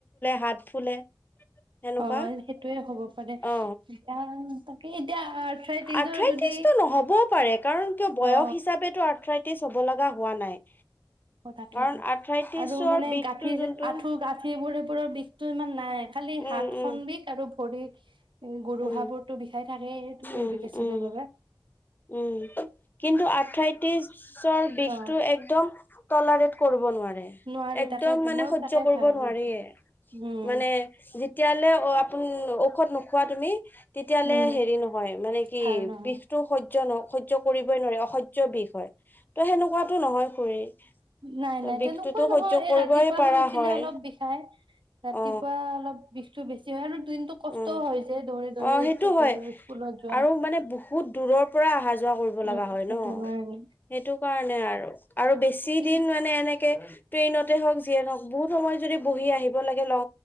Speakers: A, on the left; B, on the right.
A: হাত ফুলে সেনেকুৱা
B: অ', সেইটোয়ে হ'ব পাৰে।
A: অ
B: <unintelligible> আৰ্থাৰাইটিজৰ
A: আৰ্থ্ৰাইটিছটো
B: যদি
A: নহ'বও পাৰে কাৰণ কিয় বয়স
B: অ
A: হিচাপো অৰ্থ্ৰাই। কি চব লগা হোৱা নাই।
B: অ তাকেইেটো
A: কাৰণ আৰ্থ্ৰাইটিছৰ
B: আৰু মানে
A: বিষটো
B: গাঁঠি
A: যোনটো
B: আঁঠু গাঁঠিবোৰে কওপৰৰ বিষতো ইমান নাই। খালি
A: উম
B: হাত
A: উম
B: খন বিষ আৰু থৰি, গুৰুহাবোৰতো
A: উম
B: বিষাই থাকেই তুমি
A: উম
B: এইটো এচিদৰ
A: উম
B: বাবে।
A: উম, কিন্তু আৰ্থ্ৰাইটিজৰ বিষটো
B: অ
A: একদম তলাৰেত কৰিব নোৱাৰে।
B: নোৱাৰি
A: একদম
B: তাকেতো
A: মানে
B: মই
A: সয্য
B: তাকে
A: কৰিব
B: ভাবি
A: নোৱাৰিয়ে
B: আছো উম
A: মানে যেতিয়ালৈ অ', আপুনি ঔষধ নোখোৱা তুমি। তেতিয়ালে
B: উম
A: হেৰি নহয় মানে কি
B: ভাল নহয়
A: বিষটো সদ সহ্য নহয় সহ্য কৰিবই অসহ্য বিষ হয়। ত' সেনেকুৱাতো নহয় খুৰী
B: নাই
A: ত
B: নাই
A: বিষটোতো
B: তেনেকুৱা নহয়,
A: সহ্য
B: এই
A: কৰিবই
B: ৰাতিপুৱা
A: পাৰা
B: শুই উঠিলে
A: হয়।
B: অলপ বিষাই। ৰাতিপুৱা
A: অ
B: অলপ বিষ টো বেছি হয় আৰু কিন্তু কষ্টও
A: উম,
B: হৈছে দৌৰি-দৌৰি
A: অ সেইটো হয়।
B: স্কুলত যোৱা।
A: আৰু মানে বহুত দূৰ পৰা অহা যয় যোৱা কৰিব
B: উম
A: লগা হয়
B: সেইটো
A: ন
B: কাৰণে
A: সেইটো কাৰণে আৰু আৰু বেছি
B: কি
A: দিন মানে এনেকে ট্ৰেনত। হওক যিয় নহক বহুত সময় যদি বহি আহিব লাগে ল